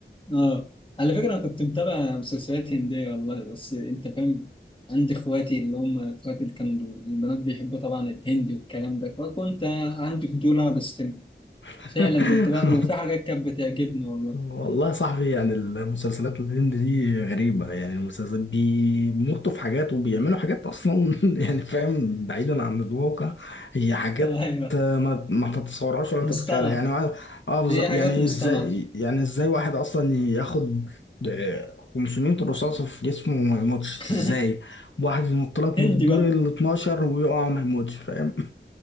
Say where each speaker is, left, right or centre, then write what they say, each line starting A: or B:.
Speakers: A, on the left; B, on the left.
A: اه على فكرة أنا كنت متابع مسلسلات هندية والله بس أنت فاهم عندي إخواتي اللي هم إخواتي اللي كانوا البنات بيحبوا طبعا الهندي والكلام ده فكنت عندي فضول أبحث فيه.
B: <laughs>
A: فعلا كنت بقى وفي حاجات كانت بتعجبني والله
B: والله يا صاحبي يعني المسلسلات الهند دي غريبة يعني المسلسلات بيمطوا في حاجات وبيعملوا حاجات أصلا <laughs> يعني فاهم بعيدا عن الواقع هي حاجات
A: <laughs> أيوه
B: آه، ما ما تتصورهاش ولا
A: مصطنعة
B: تتخيلها يعني اه آه، بالظبط.
A: هي حاجات
B: يعني
A: مصطنعة
B: ازاي يعني ازاي واحد أصلا ياخد آه، 500 رصاصة في جسمه وما يموتش
A: <laughs>
B: ازاي واحد ينط لك
A: هندي
B: من الدور
A: بقى
B: ال 12 ويقع ما يموتش فاهم